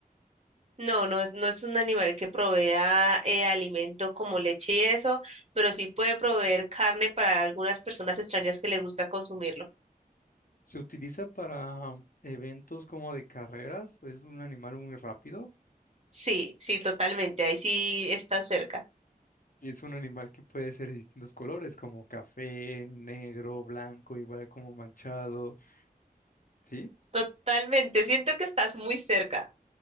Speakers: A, on the right; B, on the left.
A: No, no es, no es un animal que provea eh, alimento como leche y eso, pero sí puede proveer carne para algunas personas extrañas que le gusta consumirlo.
B: Se utiliza para eventos como de carreras, es un animal muy rápido.
A: Sí, sí, totalmente. Ahí sí estás cerca.
B: Y es un animal que puede ser de distintos colores, como café, negro, blanco, igual como manchado, ¿sí?
A: Totalmente. Siento que estás muy cerca.